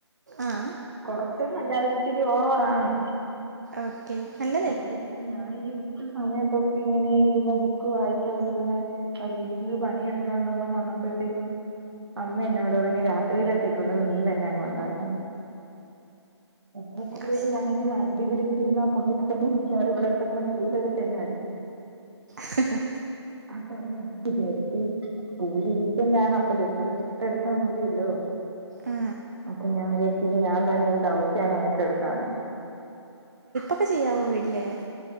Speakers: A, on the right (about 40°); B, on the right (about 60°).
A: ആ
B: കുറച്ചൊന്നല്ല ഇച്ചിരി ഓവർ ആണ്
A: ഓക്കെ നൽ
B: അറ്റലിസ്റ്റ് ഞാൻ ഈ ഉച്ച സമയത്തൊക്കെ ഇങ്ങനെ ഇരുന്ന് ബുക്ക് വായിച്ചോണ്ടിരുന്നേ വീട്ടില് പണിയെടുക്കാനൊന്നും വന്നപ്പോഴത്തേക്കും അമ്മ എന്നോട് പറഞ്ഞു രാത്രിയിലത്തേക്കുള്ളത് നീ തന്നെ അങ്ങ് ഉണ്ടാക്കെന്ന് ഇതിൽ കൂടുതൽ
A: കുറച്ച്.
B: ഞാനിനി മടി പിടിച്ചു ഇരുന്നാൽ പുള്ളി ഇവിടെക്കിടക്കണ ചൂൽ എടുത്തെന്നെ അടിക്കും
A: ഹ് ഹ്
B: അത് കൊണ്ട് ഞാൻ വിചാരിച്ചു ഒരു ഇരുപ്പിന് ഞാൻ ഒക്കെ ജസ്റ്റ്‌ ഒന്ന് ചുട്ടെടുത്താൽ മതിയല്ലോ
A: ആ
B: അപ്പൊ ഞാൻ വിചാരിച്ചു ഞാൻ തന്നെ ഈ ദൗത്യം അങ്ങ് ഏറ്റെടുക്കാമെന്ന്
A: ക്കെ ചെയ്യാവോ വീട്ടില്